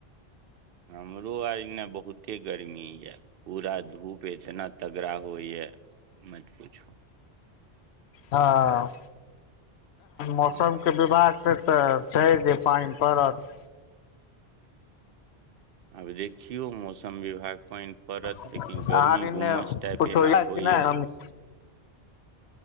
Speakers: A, on the right; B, on the left.
A: हमरो आर एने बहुते गर्मी यए पूरा धूप इतना तगड़ा होइए मत पूछू
B: हँ
A: हँ
B: मौसम के विभाग से तऽ छै जे पानि पड़त
A: आब देखियौ मौसम विभाग पानि पड़त
B: अहाँ
A: लेकिन गर्मी
B: आर एने
A: गुमस टाइप
B: कुछो
A: एना
B: यै
A: होइये
B: कि नहि हम <inaudible>